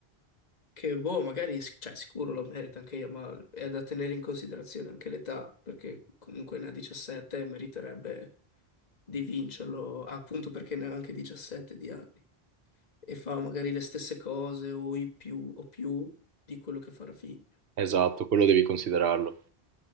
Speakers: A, on the left; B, on the right.
A: che boh, magari, cioè, sicuro lo merita anche io, ma è da tenere in considerazione anche l'età, perché comunque ne ha 17 e meriterebbe di vincerlo, appunto perché ne ha anche 17 di anni. e fa magari le stesse cose o i più o più di quello che fa Rafinha.
B: Esatto, quello devi considerarlo.